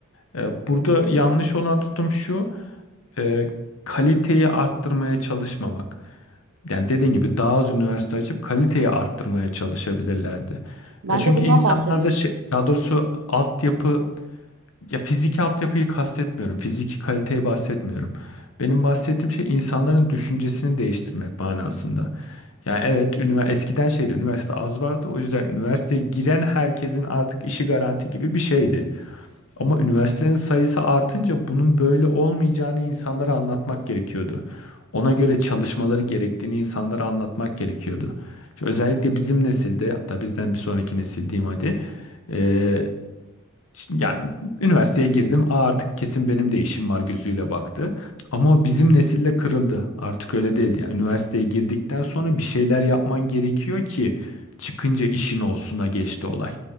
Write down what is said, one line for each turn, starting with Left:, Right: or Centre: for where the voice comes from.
Left: Ee, Burada yanlış olan tutum şu, e, kaliteyi arttırmaya çalışmamak. Yani dediğin gibi daha az üniversite açıp kaliteyi arttırmaya çalışabilirlerdi.
Right: Ben
Left: Ya çünkü
Right: de bundan
Left: insanlarda
Right: bahsediyorum.
Left: şey, daha doğrusu altyapı ya fiziki altyapıyı kastetmiyorum. Fiziki kaliteyi bahsetmiyorum. Benim bahsettiğim şey insanların düşüncesini değiştirmek manasında. Yani evet ünivers eskiden şeydi üniversite az vardı. O yüzden üniversiteye giren herkesin artık işi garanti gibi bir şeydi. Ama üniversitelerin sayısı artınca bunun böyle olmayacağını insanlara anlatmak gerekiyordu. Ona göre çalışmaları gerektiğini insanlara anlatmak gerekiyordu. Şimdi özellikle bizim nesilde, hatta bizden bir sonraki nesil diyeyim hadi. eee, yani üniversiteye girdim. Aa, artık kesin benim de işim var gözüyle baktı. Ama o bizim nesille kırıldı. Artık öyle değil. Yani üniversiteye girdikten sonra bir şeyler yapman gerekiyor ki çıkınca işin olsuna geçti olay.